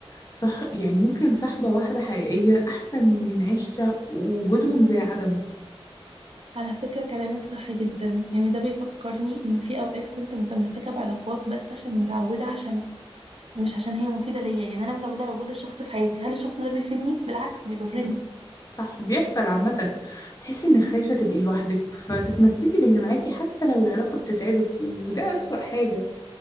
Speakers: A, on the left; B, on the right.
A: صح يعني ممكن صحبة واحدة حقيقية أحسن من عشرة وجودهم زي عدمه
B: على فكرة كلامك صح جدا يعني ده بيفكرني إن في أوقات كنت متمسكة بعلاقات بس عشان متعودة عشان مش عشان هي مفيدة ليا يعني أنا متعودة على وجود الشخص في حياتي هل الشخص ده بيفيدني؟ بالعكس بيضرني
A: لا صح بيحصل عامة بتحسي إنك خايفة تبقي لوحدك فتتمسكي باللي معاكي حتى لو العلاقة بتتعبك وده أسوأ حاجة